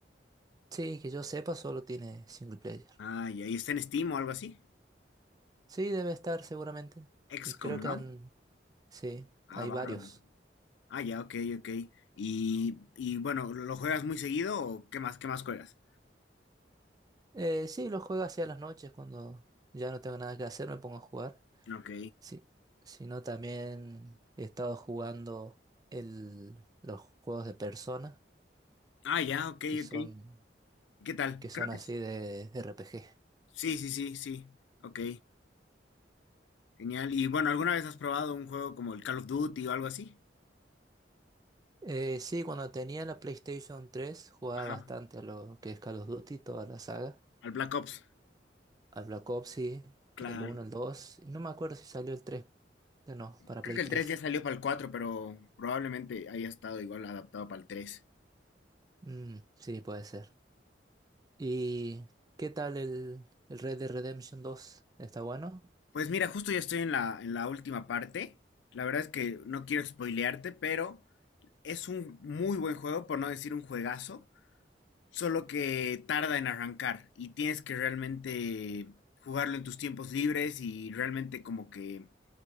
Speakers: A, on the right; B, on the left.
A: Sí, que yo sepa, solo tiene single player.
B: Ah, ya, ¿y está en Steam o algo así?
A: Sí, debe estar seguramente.
B: XCOM,
A: Y creo que
B: ¿no?
A: han... Sí,
B: Ah,
A: hay
B: bárbaro.
A: varios.
B: Ah, ya, ok, ok. Y, y bueno, ¿lo lo juegas muy seguido o qué más, qué más juegas?
A: Eh, sí, los juego hacia las noches cuando ya no tengo nada que hacer, me pongo a jugar.
B: Ok.
A: Sí, sino también he estado jugando el, los juegos de Persona,
B: Ah, ya, ok,
A: que son,
B: ok. ¿Qué tal?
A: que son
B: Creo que
A: así
B: s-
A: de RPG.
B: sí, sí, sí, sí. Ok, genial. Y bueno, ¿alguna vez has probado un juego como el Call of Duty o algo así?
A: Eh, sí, cuando tenía la PlayStation 3 jugaba
B: Ajá,
A: bastante a lo que es Call of Duty, toda la saga.
B: al Black Ops.
A: Al Black Ops, sí,
B: Claro.
A: el 1, el 2. No me acuerdo si salió el 3, no, para
B: Creo
A: Play
B: que
A: 3.
B: el 3 ya salió para el 4, pero probablemente haya estado igual adaptado para el 3.
A: Mm, sí, puede ser. ¿Y qué tal el, el Red Dead Redemption dos? ¿Está bueno?
B: Pues mira, justo ya estoy en la, en la última parte. La verdad es que no quiero spoilearte, pero es un muy buen juego, por no decir un juegazo. Solo que tarda en arrancar y tienes que realmente jugarlo en tus tiempos libres y realmente como que